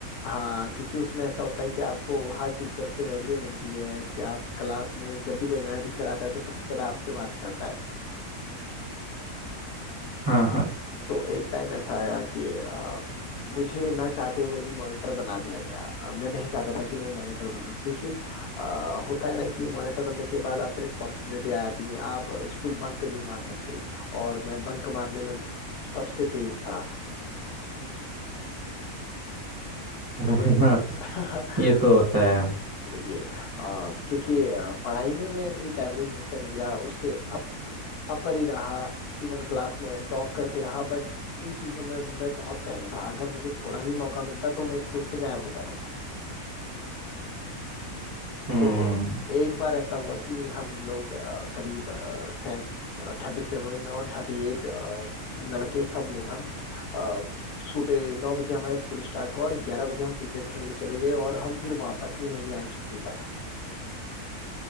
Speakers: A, on the left; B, on the right.
A: हाँ क्योंकि उसमें ऐसा होता है कि आपको हर टीचर से वैल्यू मिलती है कि आप क्लास में जब भी कोई नया टीचर आता है तो सबसे पहले आपसे बात करता है
B: हाँ हाँ
A: तो एक टाइम ऐसा आया कि अ, मुझे ना चाहते हुए भी मॉनिटर बना दिया गया अ, मैं नहीं चाहता था कि मैं मॉनिटर बनूं क्योंकि अ, होता है ना कि मॉनिटर बनने के बाद आप पे रिस्पॉन्सिबिलिटी आ जाती है आप स्कूल बंक नहीं मार सकते और मैं बंक मारने में सबसे तेज था
B: <laughs>
A: मैंने
B: हाँ हाँ,
A: <laughs>
B: ये तो होता है
A: ये अ, क्योंकि अ, पढ़ाई में मैं एक एवरेज बच्चा नहीं रहा उससे अब अपर ही रहा इवन क्लास में टॉप करते रहा बट इन चीजों में मैं बहुत पहले था अगर मुझे थोड़ा भी मौका मिलता तो मैं स्कूल से गायब हो जाता था
B: हम्म
A: तो एक बार ऐसा हुआ कि हम लोग अ, करीब सैं थर्टी सेवन और थर्टी एट लड़के सब लोग हम अ, सुबह नौ बजे हमारा स्कूल स्टार्ट हुआ और ग्यारह बजे हम क्रिकेट खेलने चले गए और हम फिर वापस ही नहीं आए छुट्टी तक